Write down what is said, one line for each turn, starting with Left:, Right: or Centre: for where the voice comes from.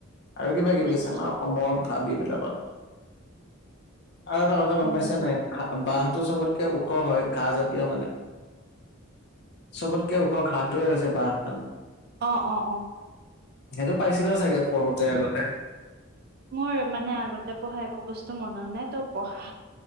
Left: আৰু কিবা কিবি
Right: বুজিছো।
Left: আছে আমাৰ অসমৰ ভাব বিলাক আৰু এটা কথা গম
Right: উম,
Left: পাইছে নাই বাহ টো চবতকে ওখ হয় ঘাঁ জাতীয় মানে। চবতকে ওখ ঘাঁহটোৱে হৈছে বাহ মানে।
Right: অ' অ' অ'।
Left: সেইটো পাইছিলা চাগে পঢ়োতে আগতে।
Right: মইও মানে আগতে পঢ়া একো বস্তু মনত নাই। তই পঢ়া